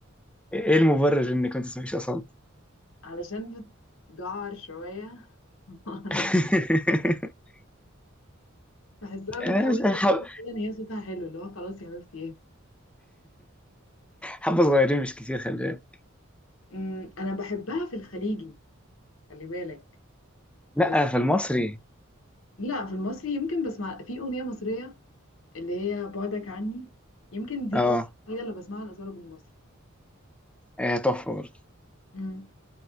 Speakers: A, in the centre; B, on the left (about 70°).
A: ايه المبرر انك ما تسمعيش اصاله
B: علشان بتجعر شوية <laughs>
A: <laughs>
B: بحسها
A: آه،
B: بتحاول تبروك
A: حب-
B: كده ان هي صوتها حلو اللي هو خلاص يا حبيبتي ايه
A: حبه صغيرين مش كتير خلي بالك
B: أمم، انا بحبها في الخليجي خلي بالك
A: لا
B: بس
A: في المصري
B: لا في المصري يمكن بسمع في اغنيه مصريه اللي هي بعدك عني يمكن دي
A: اه
B: الاغنيه الوحيده اللي بسمعها الاصاله بالمصري
A: آه، تحفه برضه
B: امم